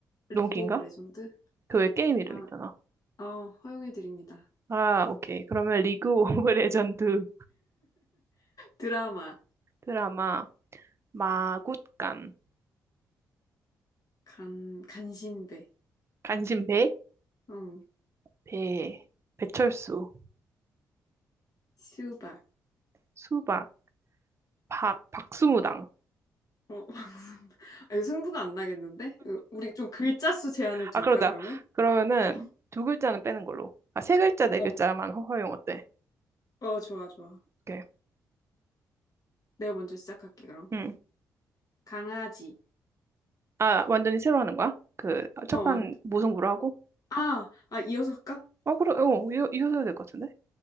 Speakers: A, on the left (about 50°); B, on the right (about 35°).
A: 리그
B: 너무 긴가?
A: 오브 레전드?
B: 그 왜 게임 이름
A: 아,
B: 있잖아.
A: 어, 허용해드립니다.
B: 아, 오케이. 그러면 리그 오브 <laughs> 레전드
A: 드라마,
B: 드라마. 마굿간,
A: 간, 간신배,
B: 간신배,
A: 응,
B: 배, 배철수,
A: 수박,
B: 수박, 박, 박수무당.
A: 어, <laughs> 아니, 승부가 안 나겠는데? 으, 우리 좀 글자 수 제한을 둘까,
B: 아, 그러자.
A: 그러면?
B: 그러면은
A: 어,
B: 두 글자는 빼는 걸로. 아, 세 글자, 네
A: 어,
B: 글자만 허- 허용 어때?
A: 어, 좋아, 좋아.
B: 오케이.
A: 내가 먼저 시작할게, 그럼.
B: 응.
A: 강아지.
B: 아, 완전히 새로 하는 거야? 그, 아, 첫판
A: 어, 언-
B: 무승부로 하고?
A: 아, 아, 이어서 할까?
B: 어, 그래, 어, 이어, 이어서 될것 같은데?